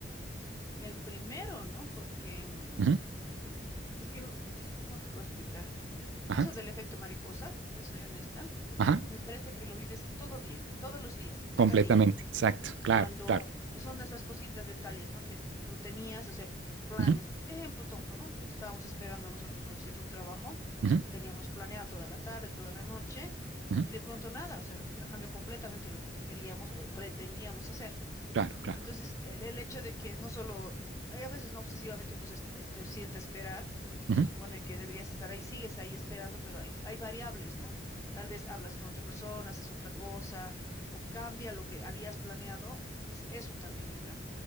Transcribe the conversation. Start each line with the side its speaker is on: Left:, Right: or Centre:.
Left: El primero, ¿no? Porque mm,
Right: Ujú,
Left: es que, es que, ¿cómo te puedo explicar?
Right: Ajá,
Left: Eso del efecto mariposa, te soy honesta,
Right: ajá,
Left: me parece que lo vives todo día, todos los días, cada
Right: completamente,
Left: día.
Right: exacto, claro,
Left: Cuando
Right: claro.
Left: son esas cositas, detalles, ¿no? Que tú tenías, o sea, planes.
Right: ujú,
Left: Ejemplo tonto, ¿no? Te- Estábamos esperando nosotros, ¿no es cierto?, un trabajo.
Right: ujú,
Left: Teníamos planeado toda la tarde, toda la noche,
Right: ujú,
Left: y de pronto nada, o sea, ha cambiado completamente lo que queríamos o pretendíamos hacer.
Right: claro, claro.
Left: Entonces, el, el hecho de que no solo, hay a veces no obsesivamente uno se, es- es- se sienta a esperar,
Right: ujú,
Left: se supone que deberías estar ahí, sigues ahí esperando, pero hay, hay variables, ¿no? Tal vez hablas con otra persona, haces otra cosa, o cambia lo que habías planeado, es eso también, yo creo.